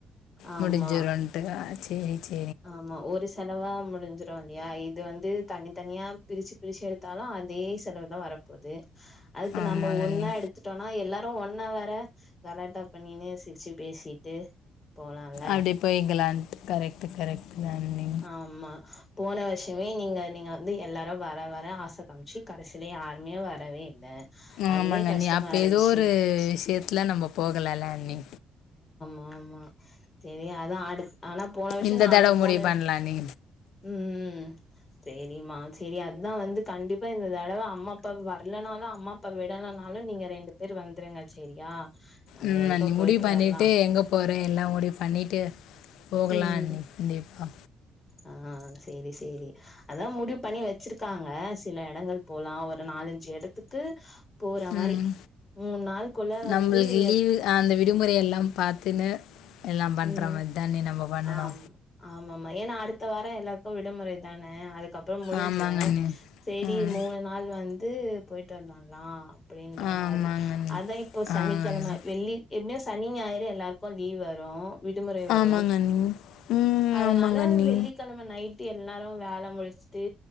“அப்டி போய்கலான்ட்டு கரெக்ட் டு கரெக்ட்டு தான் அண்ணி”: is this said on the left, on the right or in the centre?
Left